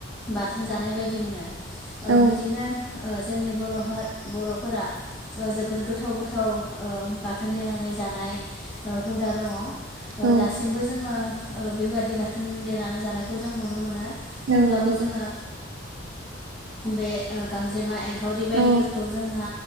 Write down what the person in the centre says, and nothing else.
बाथोन जानाय बायदि मोनो
बिदिनो जोंनि बर' बर'फोरा जोबोर गोथाव गोथाव बाथोन देनानै जानाय हुदा दङ
दासिमबो जोङो बेबायदि बाथोन देनानै जानायखौ जों नुनो मोनो थेवब्लाबो
जोङो बे गांजेमा आंखावरि बायदिफोरखौ
जोंहा